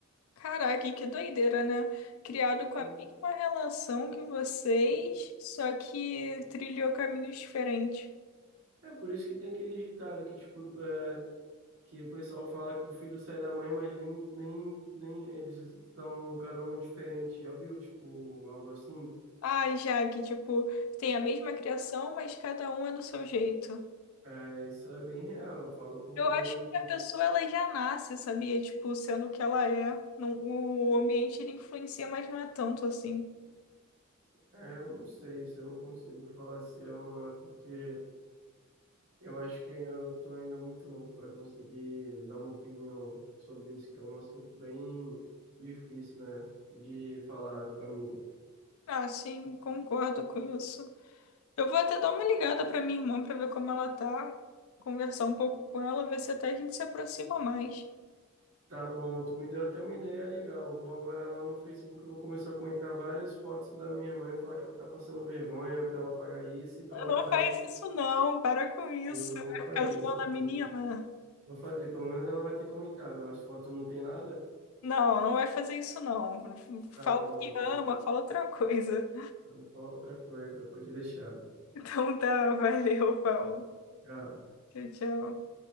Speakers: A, on the left; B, on the right.
A: Caraca, que doideira, né? Criado
B: É
A: com a mesma relação que vocês, só que trilhou caminhos diferentes.
B: é por isso que tem aquele ditado que, tipo, é, que o pessoal fala que o filho sai da mãe, mas nem, nem, nem eles estão cada um diferente, já viu? Tipo, algo assim.
A: Ai, já que, tipo, tem a mesma criação, mas cada um é do seu jeito.
B: É, isso é bem real, eu falo porque
A: Eu
B: eu,
A: acho que a pessoa, ela já nasce, sabia? Tipo, sendo o que ela é. Não, o ambiente, ele influencia, mas não é tanto assim.
B: é, eu não sei se eu não consigo falar se é ou não é porque. Eu acho que eu estou ainda muito novo para conseguir dar uma opinião sobre isso, que é um assunto bem difícil, né, de falar, família.
A: Ah, sim, concordo com isso. Eu vou até dar uma ligada pra minha irmã pra ver como ela tá, conversar um pouco com ela, ver se até a gente se aproxima mais.
B: Tá bom, tu me deu até uma ideia legal. Vou agora lá no Facebook e vou começar a comentar várias fotos da minha irmã e falar que ela tá passando vergonha para ela pagar isso e para ela
A: Não
B: parar
A: faz
B: de.
A: isso não, para com isso.
B: Eu
A: Vai
B: vou fazer,
A: ficar zoando
B: vou
A: a menina.
B: fazer. aqui. Vou fazer, pelo menos ela vai ter comentado. As fotos não tem nada?
A: Não, não vai fazer isso não. Fala
B: Tá bom,
A: o que ama,
B: cara.
A: fala outra coisa.
B: Vou falar outra coisa, pode deixar.
A: Então tá, valeu, Paulo.
B: Tchau.
A: Tchau, tchau.